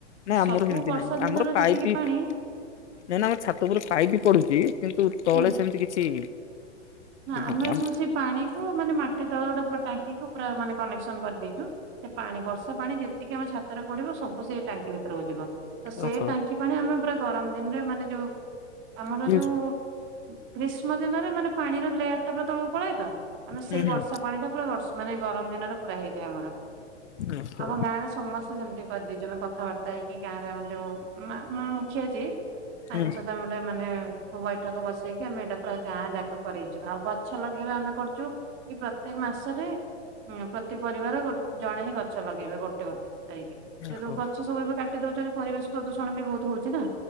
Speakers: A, on the right; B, on the left.
A: ତ
B: ନାଇଁ
A: ସବୁ
B: ଆମର ସେମିତି
A: ବର୍ଷା
B: ନାହିଁ।
A: ଦିନର
B: ଆମର ପାଇପି
A: ଯେତିକି ପାଣି
B: ନା ନା ଆମର ଛାତ ଉପୁରୁ ପାଇପି ପଡୁଛି କିନ୍ତୁ ତଳେ
A: ହୁଁ
B: ସେମିତି କିଛି
A: ନା
B: ନାଇଁ
A: ଆମେ
B: ଆମ
A: ସବୁ ସେଇ ପାଣିକୁ ମାନେ ମାଟି ତଳେ ଗୋଟେ ଭ ଟାଙ୍କିକୁ ପୁରା ମାନେ କନେକ୍ସନ କରିଦେଇଛୁ। ସେ ପାଣି ବର୍ଷା ପାଣି ଯେତିକି ଆମ ଛାତରେ ପଡିବ ସବୁ ସେଇ ଟାଙ୍କି ଭିତୁରୁକୁ ଯିବ। ତ ସେଇ
B: ଓହୋ
A: ଟାଙ୍କି ପାଣି ଆମେ ପୁରା ଗରମ ଦିନରେ ମାନେ ଯୋଉ ଆମର
B: ହୁଁ
A: ଯୋଉ ଉ ଗ୍ରୀଷ୍ମ ଦିନରେ ମାନେ ପାଣିର ଲେୟାରଟା ପୁରା ତଳୁକୁ ପଳାଏ ତ ଆମେ ସେଇ
B: ହୁଁ
A: ବର୍ଷା ପାଣିଟା ପୁରା ବର୍ଷ୍ ମାନେ ଗରମ ଦିନରେ ପୁରା ହେଇଯାଏ ଆମର।
B: ଓହୋ
A: ଆମ ଗାଁରେ ସମସ୍ତେ ସେମିତି କରିଦେଇଛୁ ଆମେ କଥାବାର୍ତ୍ତା ହେଇକି ଗାଁରେ ଆମର ଯୋଉ ମା-ମା-ମୁ ଖିଆ ଯିଏ ତାଙ୍କ
B: ହୁଁ
A: ସହିତ ଆମେ ଗୋଟେ ମାନେ ବୈଠକ ବସେଇକି ଆମେ ଏଇଟା ପୁରା ଗାଁ ଯା କ-କରେଇଛୁ। ଆଉ ଗଛ ଲଗେଇବା ଆମେ କରିଛୁ କି ପ୍ରତ୍ୟେକ ମାସରେ ପ୍ର ତି ପରିବାର ଗୋ ଜଣେ ହିଁ ଗଛ ଲଗେଇବେ ଗୋଟେ ଗୋଟେ ଯାଇକି।
B: ଓହୋ
A: ଏ ଯୋଉ ଗଛ ସବୁ ଏବେ କା ଟି ଦଉଛନ୍ତି ପରିବେଶ ପ୍ରଦୂଷଣ ବି ବହୁତ ହଉଛି ନା।